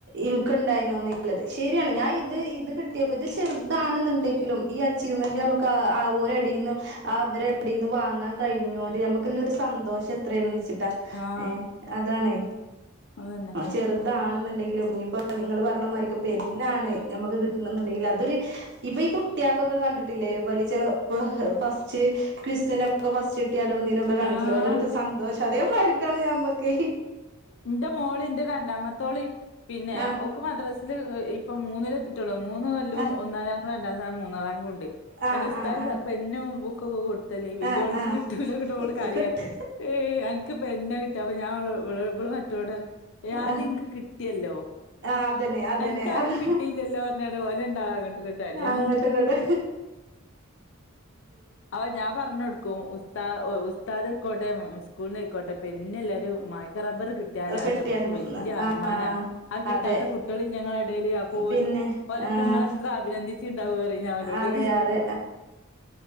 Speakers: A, on the right; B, on the left.
A: ഇൻക്ക്ണ്ടായിനോന്ന്ള്ളത് ശരിയാണ് ഞാൻ ഇത് ഇത് കിട്ട ഇത് ചെറുതാണെന്നുണ്ടെങ്കിലും ഈ അച്ചീവ്മെന്റ് നമുക്ക് ഓരടേന്ന് അവരെ എവിടെന്ന് വാങ്ങാൻ കഴിഞ്ഞോണ്ട് നമുക്ക് ഒരു സന്തോഷം എത്രയാണ് നമുക്ക് ചി
B: ആഹ്
A: ഏ അതാണ്
B: അതന്നെ
A: ചെറുതാണെന്നുണ്ടെങ്കിലും ഇപ്പോ നിങ്ങള് പറഞ്ഞ മാതിരിക്ക പെന്നാണ് നമുക്ക് കിട്ടണ എന്നുണ്ടെങ്കിൽ അതൊരു ഇപ്പൊ ഈ കുട്ടിയക്കൊക്കെ കണ്ടിട്ടില്ലേ വലി ച്ച ഫസ്റ്റ് ക്വസ്നൊക്കെ ഫസ്റ്റിട്ടിയാലും തിനൊക്കെ കണ്ടിട്ടില്ല
B: ആഹ്
A: ഓലെടുക്ക് സന്തോഷ അതേ മതിരിക്കാണ് ഞമ്മക്കെ
B: ഇന്റെ മോള് ഇന്റെ രണ്ടാമത്തോള് പിന്നെ
A: ആ
B: ഓക്ക് മദ്രസില് ഇപ്പൊ മൂന്നില് ട്ടുള്ളൂ മൂന്ന് കൊല്ലും
A: ആ
B: ഒന്നാം റാങ്കും രണ്ടാം സ മൂന്നാം റാങ്കും ഉണ്ട്
A: ആഹ്
B: ങ്ങട്ട് ഉസ്താ
A: ആഹ് ആഹ്
B: പെന്നും ബുക്കൊക്കെ കൊടുത് ല്ലേ വല്യോൾക്ക്
A: ആഹ് ആഹ്
B: കിട്ടൂല ങ്ങട്ട് ഓള് കളിയാക്കും
A: കിട്ട്
B: അൻക്ക് പെന്നാ കിട്ടും അപ്പൊ ഞാ ഓളോ ഇവള് മറ്റോളോട് പറയും ഏ അത്
A: ആഹ്
B: ഇൻക്ക് കി കിട്ടിയല്ലോ
A: ആഹ് അതന്നെ അതന്നെ
B: അൻക്ക് അഉം
A: ആഹ്
B: കിട്ടിയില്ലല്ലോ പറഞ്ഞാട്ട് ഓല് രണ്ടാളും അങ്ങോട്ട് ഇങ്ങട്ടും അടിയാ
A: ആ ഇങ്ങട്ട് ഇങ്ങട്ട്
B: അപ്പം ഞാൻ പറഞ്ഞൊടുക്കും. ഉസ് താ ഉസ്താദായിക്കോട്ടെ സ്കൂൾന്ന് ആയിക്കോട്ടെ പെന്ന് എല്ലാരും മായ്ക്കാ റബ്ബർ കി ട്ടിയാൽ അത്
A: കെട്ടിയാലും
B: ഞമ്മക്ക് വല്യ അഭിമാനാ.
A: ആഹ്
B: അത് കിട്ടാത്ത
A: അതെ
B: കുട്ടിയേള് ഇല്ലേ ഇങ്ങളെ എടേല്. അപ്പോലിക്ക്
A: പിന്നെ
B: ഓലൊക്കെ
A: ആഹ്
B: ഇങ്ങളെ എത്ര അഭിനന്ദിച്ചീണ്ടാവും പറിം ഓലോട്.
A: അതെ അതെ